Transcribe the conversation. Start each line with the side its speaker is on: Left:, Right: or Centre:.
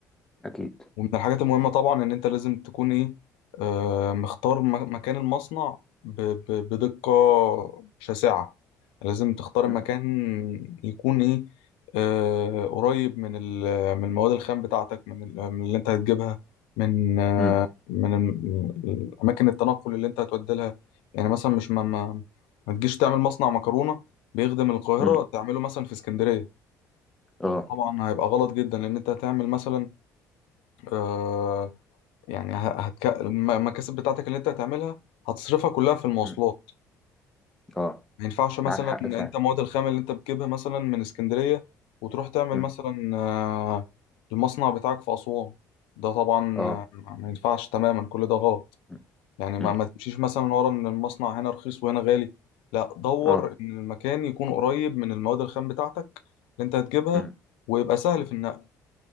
Centre: اكيد
Left: ومن الحاجات المهمة طبعا إن أنت لازم تكون إيه آه، مختار م- مكان المصنع ب- ب- بدقة شاسعة لازم تختار
Centre: مم.
Left: مكان يكون إيه آه، قريب من ال- من المواد الخام بتاعتك من ال- من اللي أنت هتجيبها من آه،
Centre: مم.
Left: من ال- أماكن التنقل اللي أنت هتودي لها يعني مثلا مش ما ما ما تجيش تعمل مصنع مكرونة بيخدم القاهرة
Centre: مم.
Left: تعمله مثلا في اسكندرية
Centre: اه
Left: ده طبعا هيبقى غلط جدا لأن أنت هتعمل مثلا آه، يعني ه- هتك... الم- المكاسب بتاعتك اللي انت هتعملها هتصرفها كلها في المواصلات
Centre: مم. اه
Left: ما ينفعش مثلا
Centre: معاك حق
Left: ان
Centre: فعلا
Left: انت مواد الخام اللي انت بتجيبها مثلا من اسكندرية وتروح تعمل
Centre: مم.
Left: مثلا آه، المصنع بتاعك في أسوان ده طبعا
Centre: اه
Left: آه، ما ينفعش تماما كل ده غلط
Centre: مم.
Left: يعني ما,
Centre: مم.
Left: ما تمشيش مثلا ورا ان المصنع هنا رخيص وهنا غالي لا دور
Centre: اه
Left: ان المكان يكون قريب من المواد الخام بتاعتك اللي انت هتجيبها
Centre: مم.
Left: ويبقى سهل في النقل